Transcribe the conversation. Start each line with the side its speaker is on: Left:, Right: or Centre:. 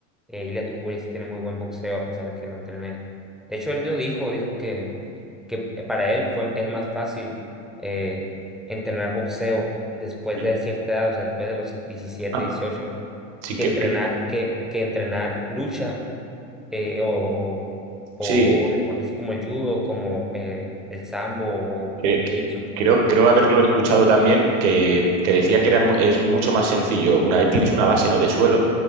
Centre: eh, Ilia Topuria sí tiene muy buen boxeo a pesar de que no entrené. De hecho, él lo dijo, dijo que, que eh, para él fue, es más fácil. eh, entrenar boxeo después
Right: mm.
Centre: de cierta edad, o sea, después de los diecisiete
Right: Ah,
Centre: 18
Right: sí,
Centre: que
Right: que,
Centre: entrenar,
Right: que-
Centre: que, que entrenar lucha eh, o, o, o-
Right: sí,
Centre: o deportes así como el judo, como eh, el sambo o, o
Right: Cre-
Centre: jiu-jitsu.
Right: Creo, creo haberlo
Centre: Es-
Right: escuchado también que, que decía que era, mu- es mucho más sencillo. Una vez tienes una base, ¿no? de suelo,